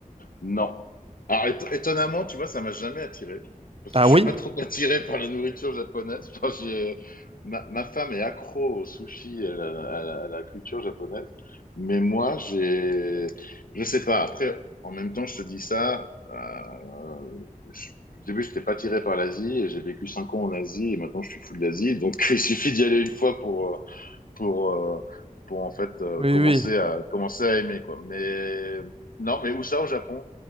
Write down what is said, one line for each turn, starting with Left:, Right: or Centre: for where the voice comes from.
Left: Non. Alors, éton- étonnamment, tu vois, ça m'a jamais attiré. Parce
Right: Ah
Left: que je
Right: oui?
Left: suis pas trop <laughs> attiré par la nourriture japonaise. Enfin, j'ai- ma, ma femme est accro au sushi, à la, à la- à la culture japonaise. Mais moi, j'ai, je sais pas. Après, en même temps, je te dis ça. euh, je- au début, je n'étais pas attiré par l'Asie et j'ai vécu cinq ans en Asie et maintenant je suis fou de l'Asie. Donc, <laughs> il suffit d'y aller une fois pour, euh, pour, euh, pour en fait euh,
Right: Oui,
Left: commencer
Right: oui.
Left: à, commencer à aimer, quoi. Mais non, mais où ça au Japon?